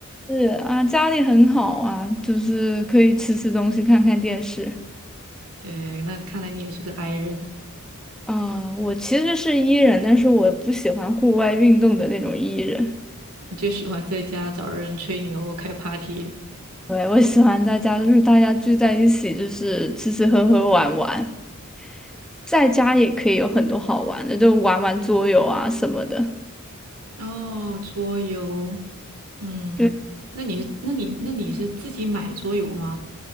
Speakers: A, in the centre; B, on the right (about 80°).
A: 是啊，家里很好啊，就是可以吃吃东西，看看电视。
B: 对，那看来你也是个 i 人，
A: 啊、我其实是 E 人，但是我不喜欢户外运动的那种 E 人。
B: 就喜欢在家找人吹牛、开 party。
A: 对，我喜欢在家，就是大家聚在一起，就是吃吃喝喝玩玩，在家也可以有很多好玩的，就玩玩桌游啊什么的。
B: 哦，桌游，嗯，
A: 对。
B: 那你是，那你，那你是自己买桌游吗？